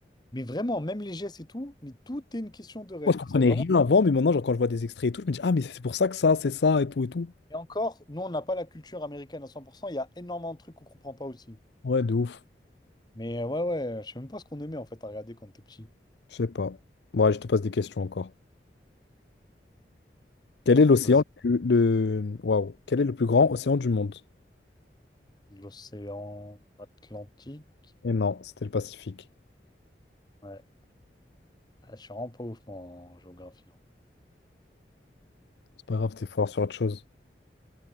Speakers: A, on the left (about 25°); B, on the left (about 75°).
A: Mais vraiment, même les gestes et tout, mais tout est une question de ref.
B: Moi, je comprenais
A: C'est vraiment.
B: rien avant, mais maintenant, genre, quand je vois des extraits et tout, je me dis, ah, mais c'est pour ça que ça, c'est ça, et tout, et tout.
A: Et encore, nous, on n'a pas la culture américaine à 100%. Il y a énormément de trucs qu'on comprend pas aussi.
B: Ouais, de ouf.
A: Mais euh, ouais, ouais, je sais même pas ce qu'on aimait, en fait, à regarder quand t'es petit.
B: Je sais pas. Ouais, je te pose des questions encore. Quel est l'océan
A: Vas-y.
B: le... le- Waouh. Quel est le plus grand océan du monde?
A: L'océan Atlantique.
B: Et non, c'était le Pacifique.
A: Ouais. Ah, Je suis vraiment pas ouf en géographie. hein.
B: C'est pas grave, t'es fort sur autre chose.